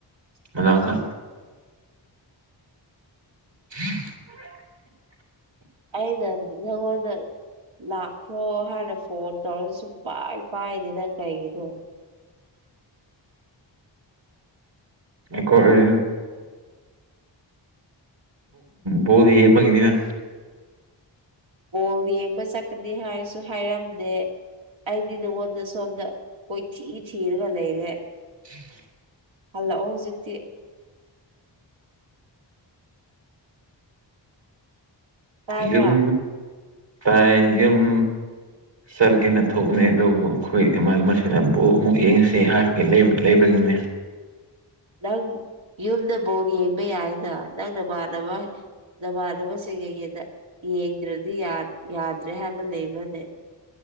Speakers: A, on the right; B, on the right.
A: ꯃꯅꯥꯛꯇ <unintelligible> <inaudible>
B: ꯑꯩꯅ ꯅꯉꯣꯟꯗ ꯂꯥꯛꯈ꯭ꯔꯣ ꯍꯥꯏꯅ ꯐꯣꯟ ꯇꯧꯔꯒ ꯁꯨꯛ ꯄꯥꯏ ꯄꯥꯢꯗꯦꯗ ꯀꯩꯒꯤꯅꯣ
A: ꯑꯩꯈꯣꯏ ꯕꯣꯜ ꯌꯦꯡꯕꯒꯤꯅꯤꯅ
B: ꯕꯣꯜ ꯌꯦꯡꯕ ꯆꯠꯀꯅꯤ ꯍꯥꯏꯔꯁꯨ ꯍꯥꯏꯔꯝꯗꯦ ꯑꯩꯗꯤ ꯅꯉꯣꯟꯗ ꯁꯣꯝꯗ ꯀꯣꯏꯊꯤ ꯊꯤꯔꯒ ꯂꯩꯔꯦ
A: <inaudible>
B: ꯍꯜꯂꯑꯣ ꯍꯧꯖꯤꯛꯇꯤ ꯇꯥꯕ꯭ꯔꯥ
A: ꯌꯨꯝ ꯇꯥꯏ ꯌꯨꯝ ꯆꯠꯂꯒꯦꯅ ꯊꯣꯛꯕꯅꯦ ꯑꯗꯨꯕꯨ ꯑꯩꯈꯣꯏꯅ ꯃꯁꯤꯅ ꯕꯨ ꯑꯃꯨꯛ ꯌꯦꯡꯉꯁꯤ ꯍꯥꯞꯀꯦ ꯂꯩꯕꯒꯤꯅꯦ
B: ꯅꯪ ꯌꯨꯝꯗ ꯕꯣꯜ ꯌꯦꯡꯕ ꯌꯥꯏꯅ ꯅꯪ ꯅꯃꯥꯟꯅꯕ ꯅꯃꯥꯟꯅꯕꯁꯤꯡ ꯀꯩ ꯍꯦꯗ ꯌꯦꯡꯗ꯭ꯔꯗꯤ ꯌꯥꯗ꯭ꯔꯦ ꯍꯥꯏꯕ ꯂꯩꯕ꯭ꯔꯅꯦ